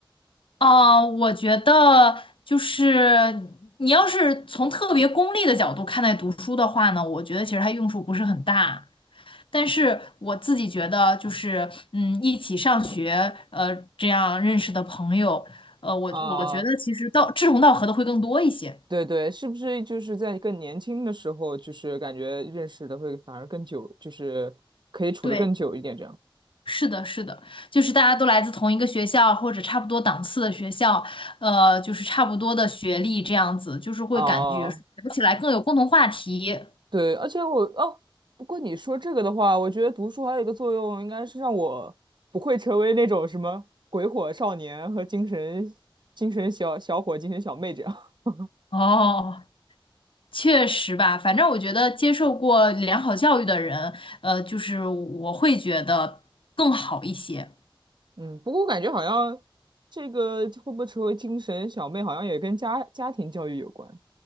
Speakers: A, on the left; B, on the right.
A: 啊，我觉得就是你要是从特别功利的角度看待读书的话呢，我觉得其实它用处不是很大。但是我自己觉得，就是嗯，一起上学，呃，这样认识的朋友，呃，我我觉得其实到志同道合的会更多一些。
B: 啊，对对，是不是就是在更年轻的时候，就是感觉认识的会反而更久，就是可以处得更久一点这样？
A: 对，是的，是的，就是大家都来自同一个学校或者差不多档次的学校，呃，就是差不多的学历这样子，就是会感觉聊起来更有共同话题。
B: 啊。对，而且我哦，不过你说这个的话，我觉得读书还有一个作用，应该是让我不会成为那种什么鬼火少年和精神精神小小伙、精神小妹这样。<laughs>
A: 哦。确实吧，反正我觉得接受过良好教育的人，呃，就是我会觉得更好一些。
B: 嗯，不过我感觉好像这个会不会成为精神小妹，好像也跟家家庭教育有关。